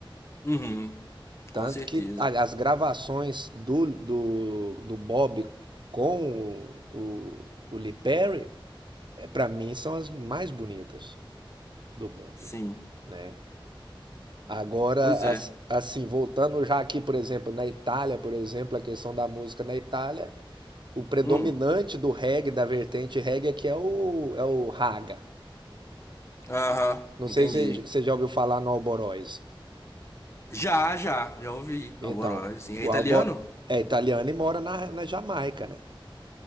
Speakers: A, on the left; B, on the right.
A: Uhum,
B: Tanto
A: com certeza.
B: que a- as gravações do, do, do Bob com o, o, o Lee Perry, para mim, são as mais bonitas do Bob,
A: Sim.
B: né? Agora,
A: Pois é.
B: as- assim, voltando já aqui, por exemplo, na Itália, por exemplo, a questão da música na Itália, o predominante
A: Hum.
B: do reggae, da vertente reggae, aqui é o, é o raga.
A: Aham,
B: Não
A: entendi.
B: sei se você já ouviu falar no Alborós.
A: Já, já, já ouvi
B: Então,
A: Alboróis, assim. É
B: o
A: italiano?
B: Albo é italiano e mora na, na Jamaica, né?